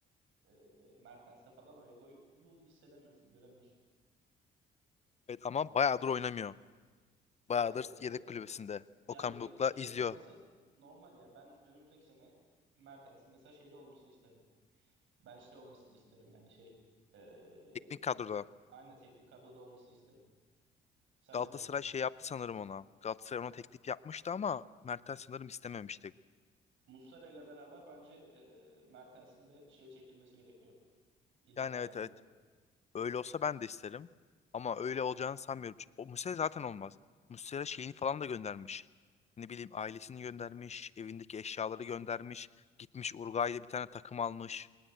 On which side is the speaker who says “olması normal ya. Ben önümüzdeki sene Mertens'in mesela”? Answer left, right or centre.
Right